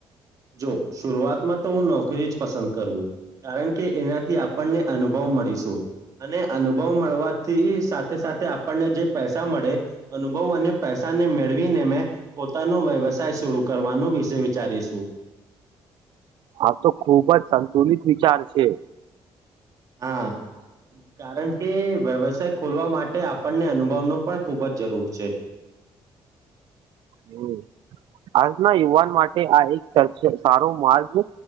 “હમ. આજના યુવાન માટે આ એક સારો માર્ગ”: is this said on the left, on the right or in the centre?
Right